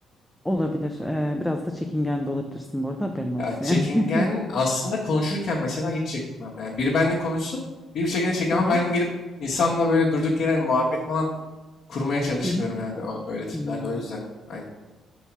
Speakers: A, in the centre; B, on the left.
A: Olabilir. eee, biraz da çekingen de olabilirsin bu arada haberin olsun
B: Ya çekingen
A: yani.
B: aslında konuşurken mesela hiç çekinmem. Yani biri benimle konuşsun, biri bir şekilde çekemem.
A: <laughs> aha,
B: Ben gidip insanla böyle durduk yere muhabbet falan kurmaya çalışmıyorum
A: hı hı.
B: yani o- öyle tiplerle
A: Hmm.
B: o yüzden. Aynen.